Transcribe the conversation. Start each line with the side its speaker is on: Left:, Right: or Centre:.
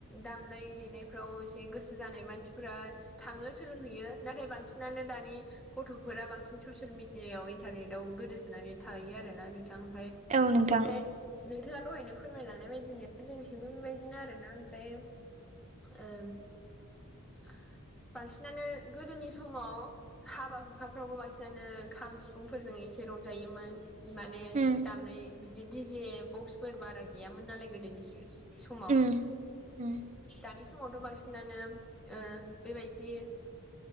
Centre: दामनाय देनायफ्राव एसे गोसो जानाय मानसिफोरा थाङो सोलोंहैयो नाथाय बांसिनानो दानि गथ'फोरा बांसिन ससियेल मिडियाायाव इन्टारनेटआव गोदोसोनानै थाहैयो आरो। आरोना नोंथां ओमफफ्राय
Right: औ नोंथां
Centre: बेनिफ्राय नोंथाङा दहायनो फोरमायलांनाय बायदिनो जोंथिंबो बेबायदिनो आरोना ओमफ्राय ओ।
Right: <inaudible>
Centre: बांसिनानो गोदोनि समाव हाबा हुखाफ्रावबो बांसिनानो खाम सिफुंफोरजों एसे रंजायोमोन। माने
Right: उम
Centre: दामनाय बिदि दिजे बक्सफोर बारा गैयामोन नालाय गोदोनि सिगां समाव
Right: उम उम
Centre: दानि समावथ' बांसिनानो बेबायदि